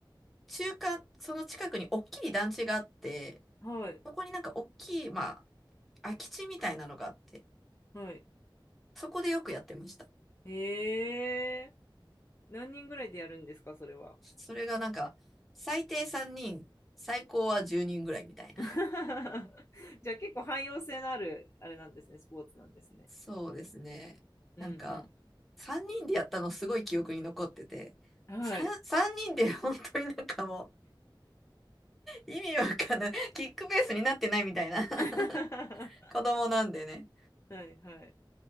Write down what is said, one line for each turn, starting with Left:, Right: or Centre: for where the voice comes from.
Centre: 中間、その近くに大きい団地があって、
Left: はい、
Centre: そこになんか大きい、まあ、空き地みたいなのがあって、
Left: はい。
Centre: そこでよくやってました。
Left: へえー、何人ぐらいでやるんですか、それは。
Centre: それがなんか、最低3人、最高は10人ぐらいみたいな。
Left: <laughs>
Centre: <laughs>
Left: じゃあ結構汎用性のある、あれなんですね、スポーツなんですね。
Centre: そうですね。
Left: うん
Centre: なんか、3人でやったのすごい記憶に残ってて、
Left: うん。はい。
Centre: 3, 3人で本当になんかもう、意味わかんない。キックベースになってないみたいな。
Left: <laughs> は
Centre: <laughs> 子供なんでね。
Left: いはい。